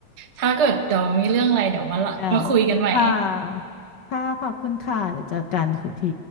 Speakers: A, on the right; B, on the left.
A: ถ้าเกิดเดี๋ยวมีเรื่องอะไรเดี๋ยวมาละมาคุยกันใหม่
B: แล้วค่ะค่ะขอบคุณค่ะเดี๋ยวเจอกันอีกที